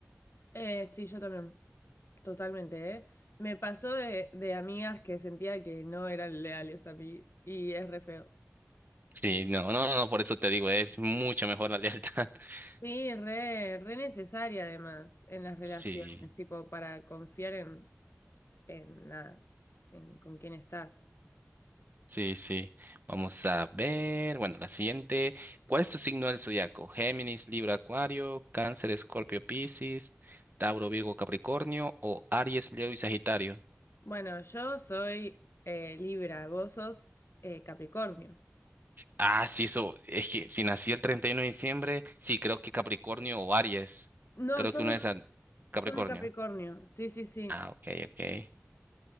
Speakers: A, on the left; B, on the right.
A: Eh, sí, yo también, totalmente, ¿eh? Me pasó de, de amigas que sentía que no eran leales a mí y es re feo.
B: Sí, no, no, no, por eso te digo, es mucho mejor la lealtad. <laughs>
A: Sí, re, re necesaria además en las relaciones,
B: Sí,
A: tipo para confiar en, en nada, en con quién estás.
B: sí, sí. Vamos a ver, bueno, la siguiente. ¿Cuál es tu signo del zodiaco? Géminis, Libra, Acuario, Cáncer, Escorpio, Piscis, Tauro, Virgo, Capricornio o Aries, Leo y Sagitario.
A: Bueno, yo soy eh, Libra, vos sos eh, Capricornio.
B: Ah, sí, eso, es que si nací el 31 de diciembre, sí, creo que Capricornio o Aries.
A: No,
B: Creo
A: sos
B: que una
A: de,
B: de esas, Capricornio.
A: sos de Capricornio, sí, sí, sí.
B: Ah, ok, ok.